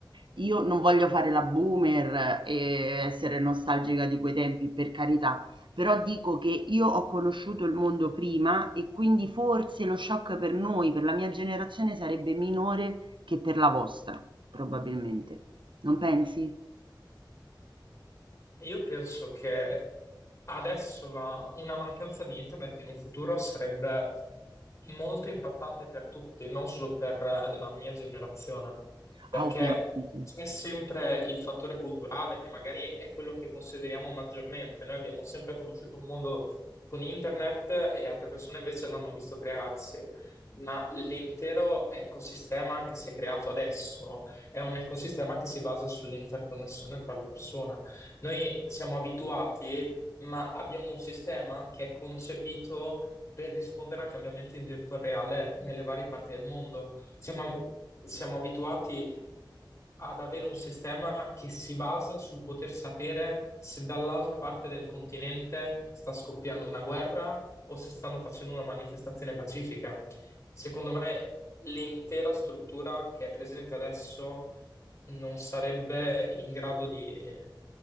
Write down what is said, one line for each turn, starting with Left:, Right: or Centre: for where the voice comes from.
Right: Io non voglio fare la boomer e essere nostalgica di quei tempi, per carità, però dico che io ho conosciuto il mondo prima e quindi forse lo shock per noi, per la mia generazione sarebbe minore che per la vostra, probabilmente. Non pensi?
Left: Io penso che adesso la- una mancanza di internet in un futuro sarebbe molto impattante per tutti, non solo per la mia generazione, perché
Right: Ah, ovviamente.
Left: c'è sempre il fattore culturale che magari è quello che consideriamo maggiormente. Noi abbiamo sempre conosciuto un mondo con internet e altre persone invece l'hanno visto crearsi, ma l'intero ecosistema che si è creato adesso è un ecosistema che si basa sull'interconnessione tra le persone. Noi siamo abituati, ma abbiamo un sistema che è concepito per rispondere a cambiamenti in tempo reale nelle varie parti del mondo. Siamo, siamo abituati ad avere un sistema che si basa sul poter sapere se dall'altra parte del continente sta scoppiando una guerra o se stanno facendo una manifestazione pacifica. Secondo me, l'intera struttura che è presente adesso non sarebbe in grado di, eh,